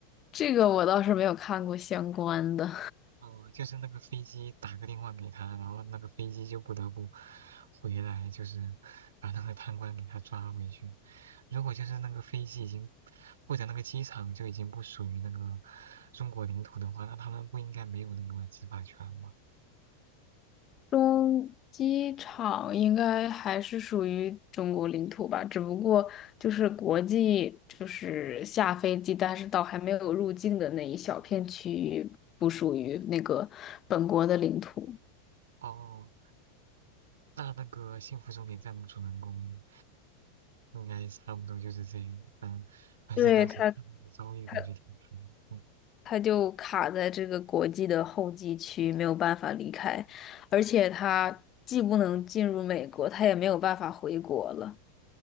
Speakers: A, on the left (about 35°); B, on the right (about 75°).
A: 这个我倒是没有看过相关的。
B: 哦，就是那个飞机打个电话给他，然后那个飞机就不得不回来，就是把那个贪官给他抓回去。如果就是那个飞机已经或者那个机场就已经不属于那个中国领土的话，那他们不应该没有那个执法权吗？
A: 中机场应该还是属于中国领土吧，只不过就是国际，就是下飞机，但是到还没有入境的那一小片区域，不属于那个本国的领土。
B: 哦，那那个《幸福终点站》的主人公应该差不多就是这样，嗯，反正当时他那个遭遇感觉挺惨的，
A: 对，它，它，
B: 嗯，
A: 它就卡在这个国际的候机区，没有办法离开，而且它既不能进入美国，它也没有办法回国了，